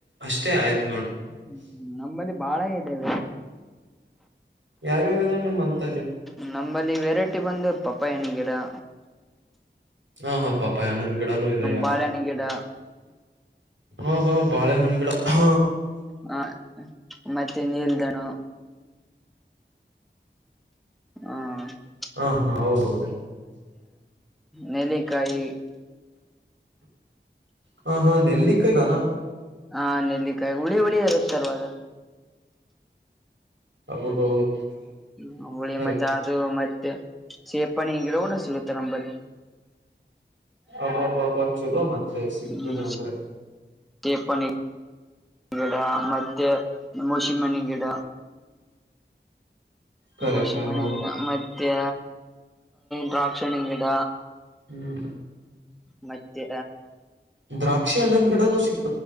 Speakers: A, on the right; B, in the centre.
A: -ಅಷ್ಟೇ ಆಯ್ತು
B: ಹ್ಮ್, ನಮ್ಮಲ್ಲಿ ಬಾಳ ಇದೇವೆ
A: ಯಾವ ನಿಮ್ಮ <unintelligible>
B: ನಮ್ಮಂಬಲ್ಲಿ ವೆರೈಟಿ ಬಂದ ಪಪಾಯಣ್ಙಿನ ಗಿಡಹ
A: ಹಾ, ಹಾ ಪಪ್ಪಯಣ್ಣಿನ ಗಿಡಾನು ಇದೇಯಾ..
B: ಬಾಳೆಹಣ್ಣ ಗಿಡ
A: ಓಹೋ, ಬಾಳೆಹಣ್ಣಗಿಡ ಹ
B: ಹಾ, ಮತ್ತೆ ನೀಲ್ದಣ್ಣು. ಹಾ <inaudible>
A: ಹಾ, ಹಾ ಹೌದೌದ ರೀ
B: ನೆಲ್ಲಿಕಾಯಿ
A: ಹಾ, ಹಾ ನೆಲ್ಲಿಕಾಯಿ ನಾನ
B: ಹಾ, ನೆಲ್ಲಿಕಾಯಿ ಹುಳಿ -ಹುಳಿ ಇರುತ್ತ್ಲ್ವದು.
A: ಹೌದೌದು,
B: ಹ, ಹುಳಿ
A: ಕರೆ
B: ಮತ್ತೆ ಅದು ಮ ಸೇಪನ್ನಿಂಗಿಡ ಕೂಡ ಸಿಗುತ್ತೆ ನಂಬಲ್ಲಿ.
A: ಅಬ್ಬಾ ಬ! ಚಲೋ ಮತ್ತೆ ಸಿಗ್ತದೆ
B: ಹ್ಮ್
A: ಅಂದ್ರೆ,
B: ಸೇಪಣಿ ಗಿಡ ಮತ್ತೆ ಮೋಸಿಂಬಣ್ಣಿನ ಗಿಡ.
A: ಕರೆ
B: ಮೋಸಂಬಿ
A: ಕರೆ
B: ಅಣ್ಣಿನ
A: ಹೌದು
B: ಗಿಡ, ಮತ್ತೆ ದ್ರಾಕ್ಷಣ್ಣಿನಗಿಡ
A: ಹ್ಮ್,
B: ಮತ್ತೆ,
A: ದ್ರಾಕ್ಷಿ ಹಣ್ಣಿನ ಗಿಡನೂಸಿಗತದ